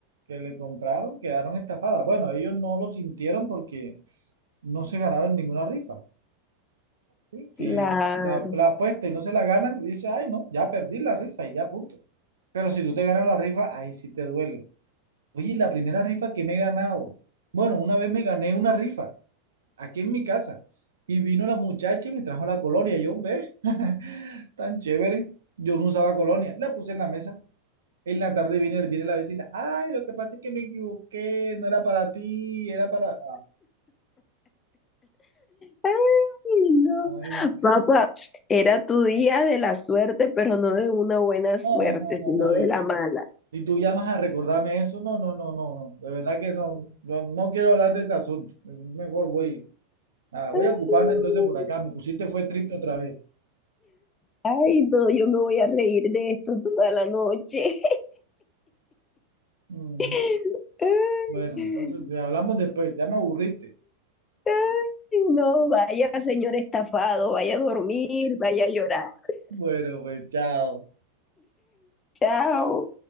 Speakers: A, on the right; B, on the left.
A: que le compraron quedaron estafadas. Bueno, ellos no lo sintieron porque no se ganaron ninguna rifa. ¿sí?
B: Claro.
A: Si la, la apuesta y no se la ganan, dice, ay, no, ya perdí la rifa y ya punto. Pero si tú te ganas la rifa, ahí sí te duele. Oye, y la primera rifa que me he ganado. Bueno, una vez me gané una rifa aquí en mi casa y vino la muchacha y me trajo la colonia. Yo, ve, <laughs> tan chévere. Yo no usaba colonia. La puse en la mesa. En la tarde viene, viene la vecina. Ay, lo que pasa es que me equivoqué. No era para ti, era para...
B: Ay, no.
A: Ay,
B: Papá, era tu día de la suerte, pero no de una buena suerte,
A: no, no, no, no,
B: sino
A: eh. no, no, no,
B: de
A: no. no. Y,
B: la mala.
A: y tú llamas a recordarme eso. No, no, no, no. De verdad que no. No, no quiero hablar de ese asunto. Mejor voy. Ah, voy
B: Ay,
A: a ocuparme entonces por acá. Me pusiste fue triste otra vez.
B: ay, no, yo me voy a reír de esto toda la noche.
A: Mm,
B: <laughs>
A: Bueno, entonces te hablamos después. Ya me aburriste.
B: Ay, no, vaya, señor estafado, vaya a dormir, vaya a llorar.
A: Bueno, pues chao.
B: Chao.